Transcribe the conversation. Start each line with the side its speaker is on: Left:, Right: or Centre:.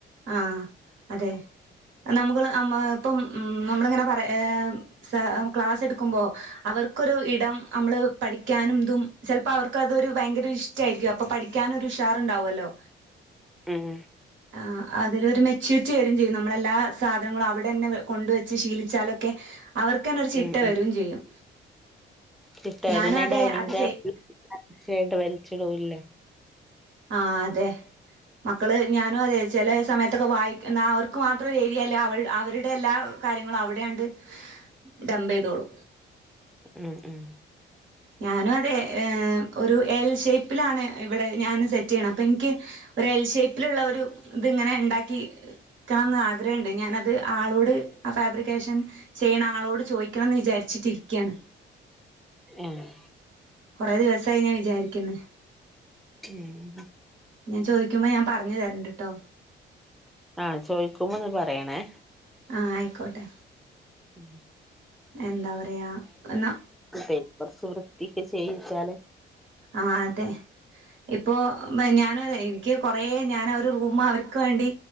Right: ആഹ് അതെ നമ്മള് ഇപ്പം ഉം നമ്മളിങ്ങനെ പറ സ ക്ലാസ് എടുക്കുമ്പോ അവർക്കൊരു ഇടം നമ്മള് പഠിക്കാനും ഇതും ചിലപ്പോ അവർക്ക അതൊരു ഭയങ്കര ഇഷ്ടയിരിക്കും അപ്പൊ പഠിക്കാൻ ഒരു ഉഷാറുണ്ടാവല്ലോ
Centre: ഉം
Right: ആഹ് അതിലൊരു മെച്യൂരിറ്റി വാര്യും ചെയ്യും നമ്മളെല്ലാ സാധനങ്ങളും അവിടെന്നെ കൊണ്ടുവച്ച് ശീലിച്ചാലൊക്കെ അവർക്ക്ന്നെ ഒരു ചിട്ട
Centre: ഉം
Right: വരയും ചെയ്യും
Centre: ചിട്ടവരനെ
Right: ഞാനും അതെ
Centre: ഡൈനിങ്
Right: അത്
Centre: ടേബിൾായിട്ട്
Right: ചെയ്
Centre: <unintelligible> വലിച്ചിടൂല്ല
Right: ആഹ് അതെ മക്കള് ഞാനും അതെ ചില സമയത്തൊക്കെ വായിക്ക എന്ന അവർക്ക് മാത്രം ഏതിയല്ല അവ അവരുടെ എല്ലാ കാര്യങ്ങ അവിടെണ്ട് ഡംമ്പ്യ്തോളൂ
Centre: ഉം ഉം
Right: ഞാനും അതെ ഏഹ് ഒരു എൽ ഷേ്പിലാണ് ഇവിടെ ഞാൻ സെറ്റ് ചെയ്യണം അപ്പൊ എനിക്ക് ഒരു എൽ ഷേപ്പിലുള്ള ഒരു ഇത്ങ്ങനെ ഉണ്ടാക്കി നിൽക്കണംമെന്ന് ആഗ്രഹണ്ട് ഞാനത് ആളോട് ആ ഫാബ്രിക്കേഷൻ ചെയ്യണ ആളോട് ചോദിക്കണംന്ന് വിചാരിച്ചിട്ടിരിക്കുകയാണ്
Centre: ഏഹ്
Right: കുറെേ ദിവസായി ഞാൻ വിചാരിക്കുന്നു
Centre: ഉം
Right: ഞാൻ ചോദിക്കുമം ഞാൻ പറഞ്ഞു തരണ്ട്ട്ടോ
Centre: ആഹ് ചോദിക്കുമോന്ന് പറയണേ
Right: ആഹ് ആയിക്കോട്ടെ
Centre: ഉം
Right: എന്താ പറയാ എന്ന
Centre: അതെ കുറച്ച് വൃത്തിക്ക് ചെയ്യിച്ചാല്
Right: ആഹ് അതെ ഇപ്പോ ഞാനും അതെ നിക്ക്കുറേ ഞാനരു റൂമ് അവർക്ക് വേണ്ടി